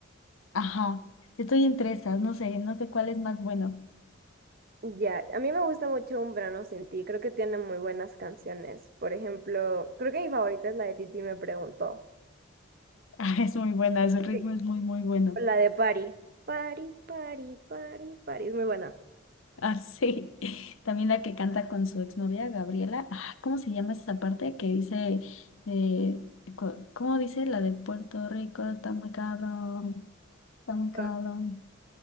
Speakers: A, on the left (about 70°); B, on the right (about 45°).
A: Ajá, estoy entre esas, no sé, no sé cuál es más bueno. <laughs>
B: Ya, a mí me gusta mucho Un Verano Sin Ti, creo que tiene muy buenas canciones. Por ejemplo, creo que mi favorita es la de Titi me preguntó.
A: Ah, Es muy buena, su ritmo
B: Sí.
A: es muy, muy bueno.
B: La de Pari. Pari, Pari, Pari, Pari, es muy buena.
A: Ah, sí. <laughs> También la que canta con su exnovia, Gabriela. Ah, ¿cómo se llama esa parte que dice, eh, co- ¿cómo dice la de Puerto Rico? Está muy cabrón, está muy cabrón.
B: Ah.